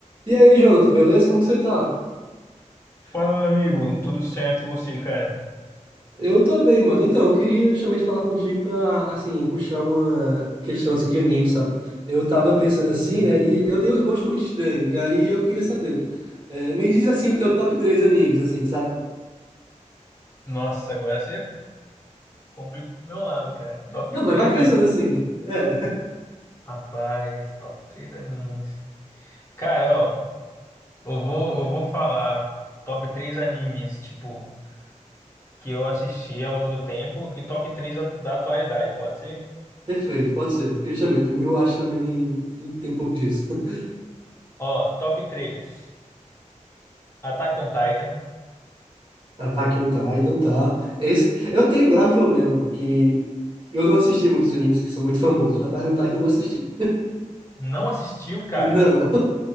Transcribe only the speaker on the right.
E aí, Jonathan, beleza? Como que você tá?
Eu tô bem, mano. Então, eu queria justamente falar contigo pra, assim, puxar uma questão, assim, de anime, sabe? Eu tava pensando assim,
né? E eu tenho uns gostos muito estranhos. E aí eu queria saber. É, me diz, assim, o teu top 3 animes, assim, sabe?
Não, mas
vai pensando
assim. É, <laughs>
perfeito, pode ser. Porque justamente, o meu eu acho também tem um pouco disso. <laughs>
Attack on Titan, tá? Esse, eu tenho um grave problema, porque eu não assisti muitos animes que são muito famosos. Attack on Titan eu não assisti.
Não.